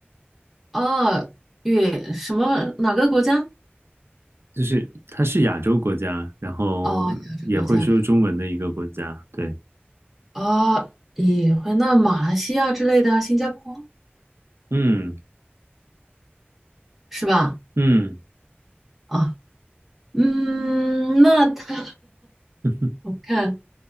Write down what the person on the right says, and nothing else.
就是他是亚洲国家，然后也会说中文的一个国家，
对，
嗯
嗯，
<laughs>